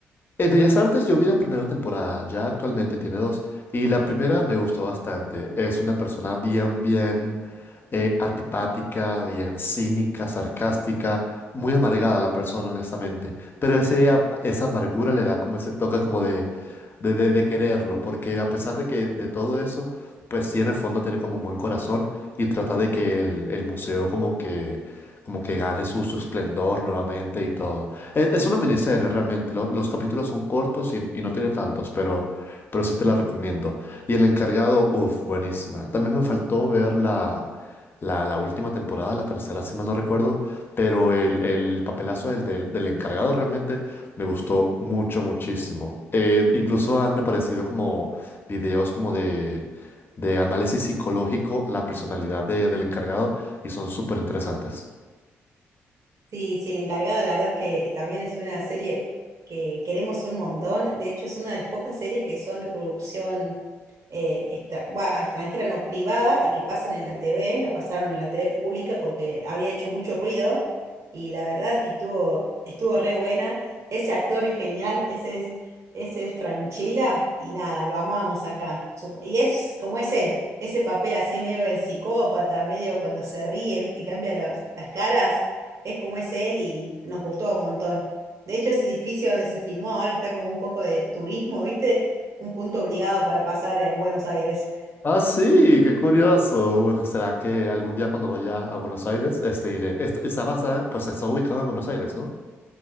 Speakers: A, on the left; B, on the right.
A: En Bellas Artes yo vi la primera temporada, ya actualmente tiene dos, y la primera me gustó bastante. Es una persona bien, bien eh, antipática, bien cínica, sarcástica, muy amargada la persona, honestamente. Pero ese, am- esa amargura le da como ese toque como de, de, de, de quererlo, porque a pesar de que de todo eso, pues sí en el fondo tiene como un buen corazón y trata de que el, el museo como que, como que gane su, su esplendor nuevamente y todo. Es, es una miniserie realmente. lo- los capítulos son cortos y, y no tiene tantos, pero, pero sí te la recomiendo. Y El Encargado, uff, buenísima. También me faltó ver la, la, la última temporada, la tercera, si mal no recuerdo, pero el, el papelazo del, del, del Encargado realmente me gustó mucho, muchísimo. Eh, incluso han aparecido como videos como de, de análisis psicológico a la personalidad de- del Encargado y son súper interesantes.
B: Sí, sí, El Encargado, la verdad es que también es una serie que queremos un montón. De hecho, es una de las pocas series que son de producción eh, extra- bah, extranjera, no, privada, y que pasan en la T V. la pasaron en la T V pública porque había hecho mucho ruido, y la verdad es que estuvo, estuvo re buena. Ese actor es genial, ese es, ese es Francella, y nada, lo amamos acá. Su- y es como es él, ese papel así medio de psicópata, medio cuando se ríe, ¿viste? Y cambia los- las caras es como es él y nos gustó un montón. De hecho, ese edificio donde se filmó ahora está como un poco de turismo, ¿viste? Un punto obligado para pasar en Buenos Aires.
A: Ah, sí, qué curioso. Bueno, será que algún día cuando vaya a Buenos Aires, este iré. Est- está basada, pues está ubicado en Buenos Aires, ¿no?